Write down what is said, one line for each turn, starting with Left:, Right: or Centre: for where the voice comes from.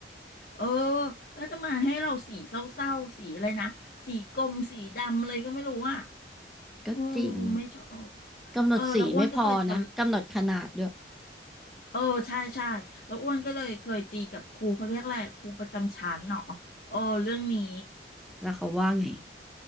Left: เออแล้วจะมาให้เราสีเศร้าๆ สีอะไรนะสีกรมสีดำเลยก็ไม่รู้อ่ะ
Centre: ก็จริง
Left: อืมไม่ชอบ
Centre: กำหนดสีไม่พอนะกำหนดขนาดด้วย
Left: เออแล้วอ้วนก็เคยทะเออใช่ใช่แล้วอ้วนก็เลยเคยตีกับครูเขาเรียกอะไรครูประจำชั้นเนาะเออเรื่องนี้
Centre: แล้วเขาว่าไง